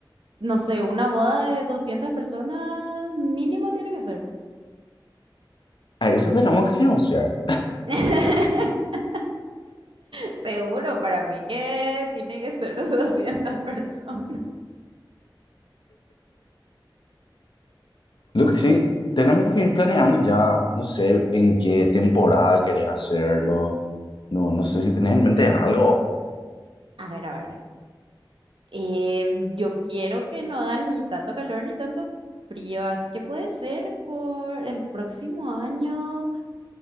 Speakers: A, on the right (about 85°); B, on the left (about 70°).
A: no sé, una boda de 200 personas mínimo tiene que ser.
B: A eso tenemos que negociar.
A: <laughs> Seguro para mí que tiene que ser de 200 personas.
B: Lo que sí, tenemos que ir planeando ya, no sé en qué temporada querés hacerlo. No, no sé si tenés en mente algo.
A: A ver, a ver. Em, yo quiero que no hagan ni tanto calor ni tanto frío, así que puede ser por el próximo año,